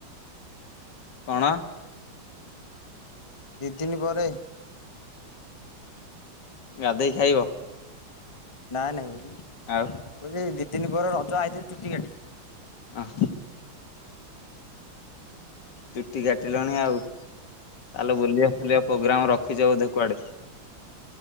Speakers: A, on the left; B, on the left.
A: କଣ?
B: ଦି ଦିନ ପରେ।
A: ଗାଧେଇ ଖାଇବ।
B: ନାଇଁ ନାଇଁ।
A: ଆଉ?
B: <unintelligible> ଦି ଦିନ ପରେ ରଜ ଆଇଥିଲି ଚୁଟି କାଟି।
A: ଆଁ। ଚୁଟି କାଟିଲଣି ଆଉ ତାହେଲେ ବୁଲିବା ଫୁଲିବା ପୋଗ୍ରାମ ରଖିଛ ବୋଧେ କୁଆଡେ?